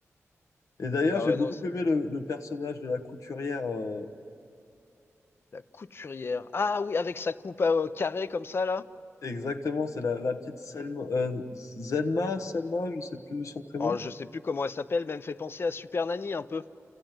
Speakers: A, on the left; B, on the left.
A: Et d'ailleurs,
B: Ah
A: j'ai
B: ouais,
A: beaucoup
B: non, c'est
A: aimé le, le personnage de la couturière. euh,
B: la couturière. Ah oui, avec sa coupe euh, carrée comme ça, là.
A: exactement, c'est la, la petite Selma, euh, Zenma, Selma, je sais plus son prénom.
B: Oh, je sais plus comment elle s'appelle, mais elle me fait penser à Super Nanny un peu.